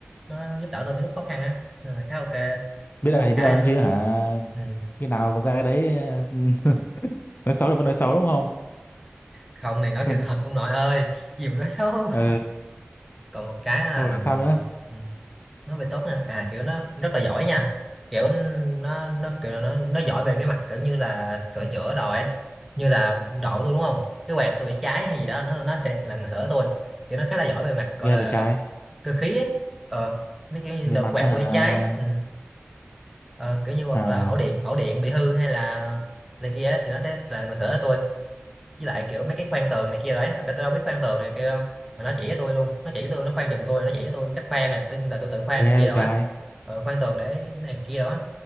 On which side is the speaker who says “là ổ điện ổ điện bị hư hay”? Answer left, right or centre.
Centre